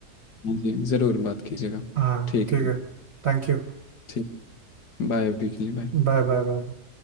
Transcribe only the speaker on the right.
हाँ
ठीक
है Thank you
Bye bye bye